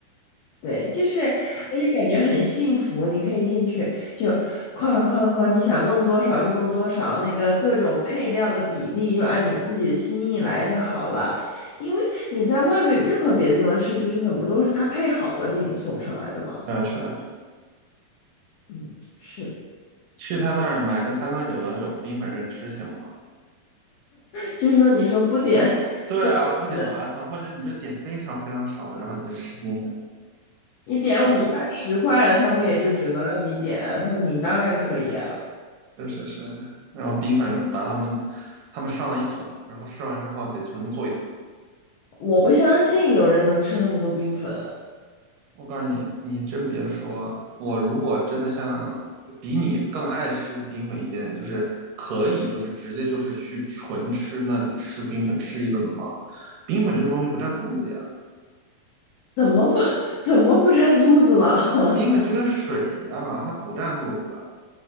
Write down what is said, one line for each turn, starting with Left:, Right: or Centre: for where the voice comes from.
Left: 对，就是而且感觉很幸福，你可以进去就哐啷哐啷哐啷你想弄多少就弄多少，那个各种配料的比例就按你自己的心意来就好了，因为你在外面任何别的地方吃冰粉，不都是他配好了给你送上来的吗？
Right: 是啊是啊，
Left: 嗯，是的，
Right: 去他那儿买个三块九毛九冰粉任吃行吗？
Left: 就是说你说不点 <laughs>。
Right: 对啊，
Left: 不点的，
Right: 不点麻辣烫，或者你就点非常非常少的，然后你就吃冰粉。
Left: 一点五块、
Right: 我我
Left: 十块的，他不也就只能让你点？那你当然可以啊。
Right: 是是是，然后冰粉把他们他们上了一桶，然后吃完之后得重新做一桶。
Left: 我不相信有人能吃那么多冰粉，
Right: 我告诉你，你真别说，我如果真的像比你更爱吃冰粉一点点，就是可以就是直接就是去纯吃那里吃冰粉吃一顿的话，冰粉这个东西不占肚子呀，
Left: 怎么不怎么不占肚子了？<laughs>
Right: 冰粉就跟水一样啊，它不占肚子的。